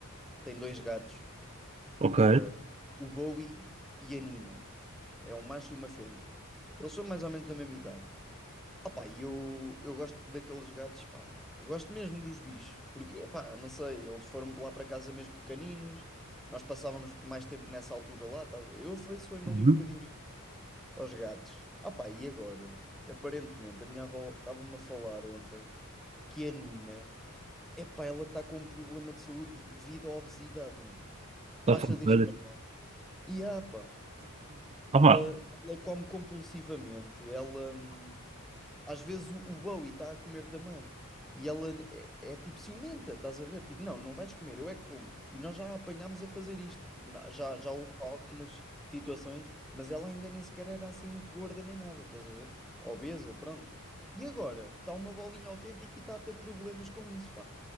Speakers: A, in the centre; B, on the right.
A: tem dois gatos,
B: ok.
A: eh, o Bowie e a Nina. É um macho e uma fêmea. Eles são mais ou menos da mesma idade. Opa, e eu, eu gosto daqueles gatos, pá. Eu gosto mesmo dos bichos, porque, pá, não sei, eles foram lá para casa mesmo pequeninos, nós passávamos mais tempo nessa altura lá, tá? Eu afeiçoei-me
B: Uhum.
A: ali um bocadinho aos gatos. Opa, e agora? Aparentemente, a minha avó estava-me a falar ontem que a Nina, epá, ela está com um problema de saúde devido à obesidade, meu.
B: Está
A: Tu
B: a
A: achas
B: fazer.
A: isto? E, ah, pá,
B: Opá,
A: ela, ela come compulsivamente, ela. hum, às vezes o, o Bowie está a comer também. E ela é, é tipo ciumenta, estás a ver? Tipo, não, não vais comer, eu é que como. E nós já a apanhámos a fazer isto. Tipo, na- já, já houve algumas situações, mas ela ainda nem sequer era assim muito gorda nem nada, estás a ver? Obesa, pronto. E agora? Está uma bolinha autêntica e está a ter problemas com isso, pá.